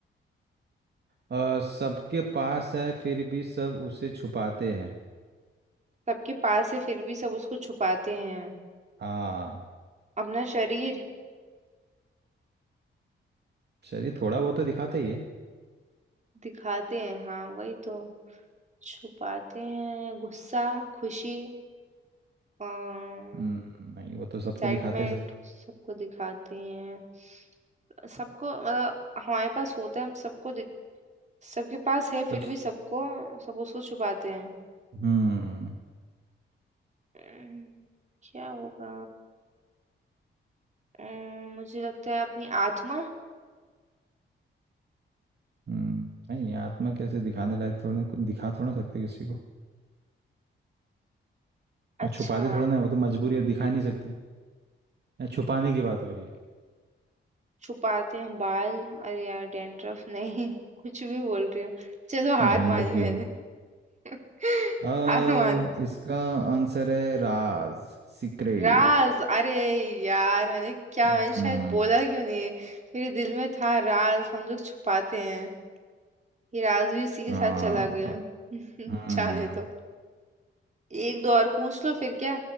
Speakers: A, on the right; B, on the right.
A: अ, सबके पास है फिर भी सब उसे छुपाते हैं
B: सबके पास है फिर भी सब उसको छुपाते हैं
A: हाँ
B: अपना शरीर
A: चलिए थोड़ा बहुत तो दिखाते ही है
B: दिखाते हैं हाँ वही तो छुपाते हैं गुस्सा खुशी एक्साइटमेंट
A: हम्म नहीं वो तो सबको दिखाते
B: सबको
A: हैं सब
B: दिखाते हैं सबको मतलब हमारे पास होता है हम सबको दिख- सबके पास है
A: पर-
B: फिर भी सबको सब उसको छुपाते हैं
A: हम्म
B: अम्म, क्या होगा अम्म, मुझे लगता है अपनी आत्मा
A: हम्म, नहीं आत्मा कैसे दिखाने लायक थोड़ा ना कुछ दिखा थोड़ा ना सकते किसी को और
B: अच्छा
A: छुपा दे थोड़ा ना वो तो मजबूरी है दिखा ही नहीं सकते यहाँ छुपाने की बात हो रही है
B: छुपाते हैं बाल अरे यार डैंड्रफ नहीं कुछ भी बोल रही हो चलो
A: <laughs>
B: हार
A: डैंड्रफ
B: मानी
A: की
B: मैंने
A: होंगी
B: <laughs>
A: अ,
B: हार मान
A: इसका आंसर है राज सीक्रेट
B: राज अरे यार मैंने क्या
A: हम्म
B: मैंने शायद बोला क्यों नहीं मेरे दिल में था राज हम लोग छुपाते हैं ये राज भी उसी के
A: हाँ
B: साथ चला गया <laughs>
A: हम्म
B: जाने दो एक दो और पूछ लो फिर क्या